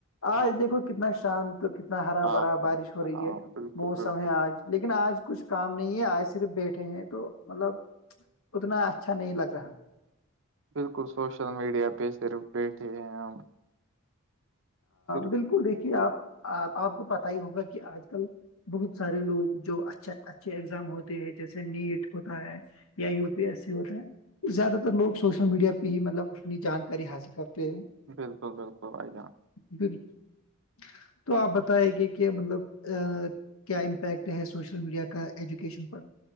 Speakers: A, on the right; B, on the left.
A: ہاں
B: آج دیکھو
A: بھائی
B: کتنا شانت کتنا ہرا
A: ہاں
B: بھرا
A: ہاں
B: بارش ہو رہی
A: ہاں
B: ہے
A: بالکل
B: موسم
A: بالکل
B: ہے آج لیکن آج کچھ کام نہیں ہے آج صرف بیٹھے ہیں تو مطلب اتنا اچھا نہیں لگ رہا
A: بالکل سوشل میڈیا پہ صرف بیٹھے ہیں ہم صرف
B: بالکل دیکھیے آپ آپ کو پت ہی ہوگا کہ آج کل بہت سارے لوگ جو اچھا اچھے ایگزام ہوتے ہیں جیسے نیٹ ہوتا ہے یا یو پی ایس سی ہوتا ہے زیادہ تر لوگ سوشل میڈیا پہ ہی مطلب اپنی جانکاری حاصل کرتے ہیں
A: بالکل بالکل آائی جان
B: بالکل تو آپ بتائے گے کہ مطلب کیا امپیکٹ ہے سوشل میڈیا کا ایجوکیشن پر